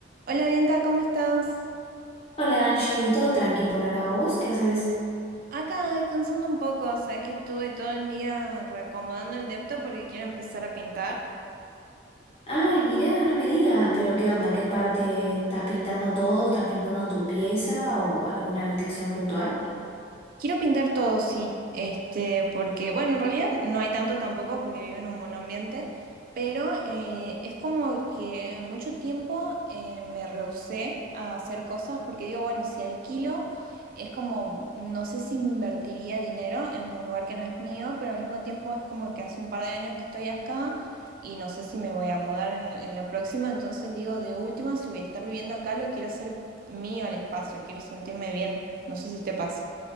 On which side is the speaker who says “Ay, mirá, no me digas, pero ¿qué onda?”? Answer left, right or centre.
Left